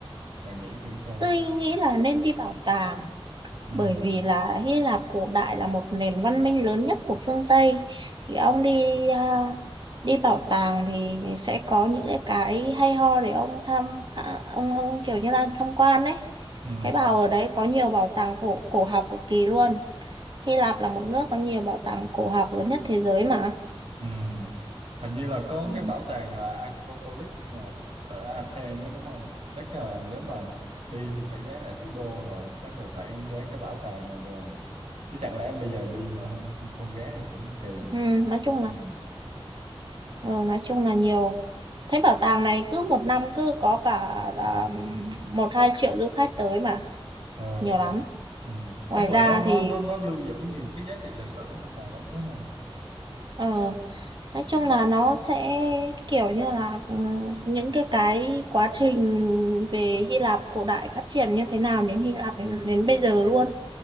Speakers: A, on the right; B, on the right.
A: bạn nghĩ thử xem
B: tôi nghĩ là nên đi bảo tàng
A: ừ.
B: bởi vì là Hy Lạp cổ đại là một nền văn minh lớn nhất của phương Tây thì ông đi à, đi bảo tàng thì sẽ có những cái cái hay ho để ông thăm à, ông ông kiểu như là tham quan đấy
A: Ừ.
B: Thế bảo ở đấy có nhiều bảo tàng cổ cổ học cực kỳ luôn. Hy Lạp là một nước có nhiều bảo tàng cổ học lớn nhất thế giới mà.
A: Ừ. hình như là có
B: Ừ,
A: cái bảo tàng là Acropolis nè ở Athens đó đúng không chắc là nếu mà đi thì phải ghé lại thủ đô rồi chắc là phải ghé cái bảo tàng này rồi chứ chẳng lẽ bây giờ đi mà không không không ghé thì cũng kỳ
B: Ừ, nói chung là
A: ừ.
B: ừ, nói chung là nhiều. Thế bảo tàng này cứ một năm cứ có cả à, một hai triệu du khách tới mà,
A: Ờ.
B: nhiều lắm.
A: ừ.
B: Ngoài
A: tức là
B: ra
A: nó nó
B: thì
A: nó nó lưu giữ nhiều cái giá trị lịch sử trong này lắm đúng không
B: Ờ, nói chung
A: ừ.
B: là nó sẽ kiểu như là ừ, những cái cái quá trình về Hy Lạp cổ đại phát triển như thế nào đến Hy Lạp đến, đến bây giờ luôn